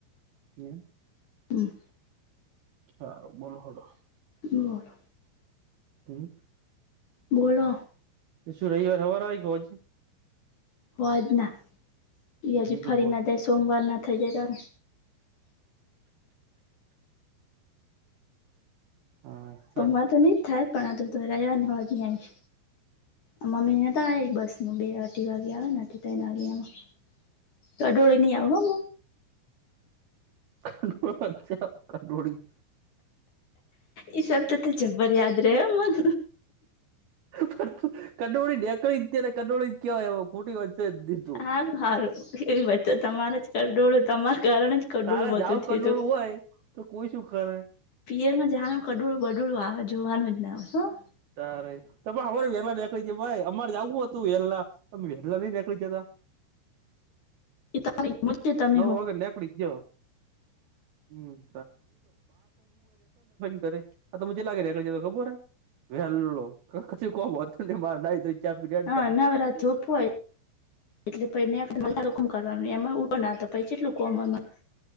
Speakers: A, on the right; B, on the left.
A: એમ
B: હમ
A: હારુ બોલો હડો
B: બોલો
A: હમ્મ
B: બોલો
A: એ શું રહી વાર હવાર એક ગ હજ-
B: હોજ ના એ હજી ફરી
A: કે હોજ
B: ના જાય સોમવાર ના થઇ જાય તાર
A: હા
B: સોમવાર તો નહી જ થાય પણ આ તો તો ર આવવા હોવા નહીં આવીશ. મમ્મીને તો આ બસ બે અઢી વાગ્યા આવે ત્રણ વાગ્યા એમાં તો આ ડડોળ નની આવ હ.
A: કડોચા કંડોડી
B: ઈ સબ તો તો જબ્બર યાદ રહે મન
A: <unintelligible> કંડોળી કેવાય એ ખોટી વચ્ચે જ દીધુ
B: હારું હારું એવી વચ્ચે તમારે જ કડોળું તમારા કારણે જ કડોળું
A: તારા
B: બધું
A: જાાવ
B: થયું
A: કલોોળું
B: હતું
A: હોય તો કોઈ શું કરે
B: પિયરમાં જનું કડોળું બડડું આવે જોવાનું જ ના હોય.
A: તારે તો ભાઈ અમારે વેરલા દેખળ છે ભાઈ અમારે જું હતું વેલા, અમ એલા ન જાકલી જ હતા.
B: <unintelligible> તમે
A: નવ
B: હો
A: <unintelligible> તો ન કરે આ તો મજે લાગે રાખડી જ તો ખબર! <unintelligible> રેડતા
B: હા નવરાત્રપ હોય. એટલે પને બધા લોકોમ કરવાનું એમાં પણ નાતો પ કેટું અમરમાં